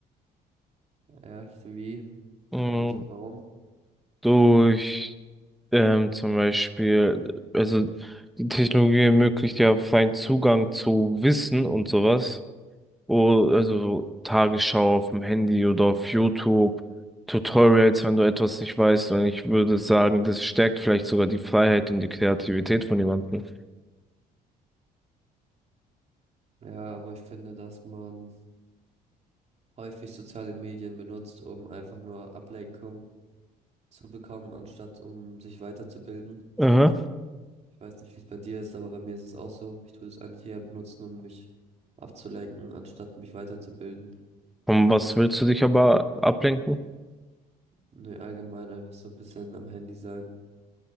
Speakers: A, on the right; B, in the centre.
A: Ja, ich- wie?
B: Mm,
A: Also warum?
B: Durch ähm, zum Beispiel, also die Technologie ermöglicht ja freien Zugang zu Wissen und sowas. Oh, also so Tagesschau auf dem Handy oder auf YouTube, Tutorials, wenn du etwas nicht weißt. Und ich würde sagen, das stärkt vielleicht sogar die Freiheit und die Kreativität von jemandem.
A: Ja, aber ich finde, dass man häufig soziale Medien benutzt, um einfach nur Ablenkung zu bekommen, anstatt um sich weiterzubilden.
B: Aha.
A: Ich weiß nicht, wie es bei dir ist, aber bei mir ist es auch so. Ich tue es eigentlich eher benutzen, um mich abzulenken, anstatt mich weiterzubilden.
B: Und was willst du dich aber ablenken?
A: Nee, allgemein einfach so ein bisschen am Handy sein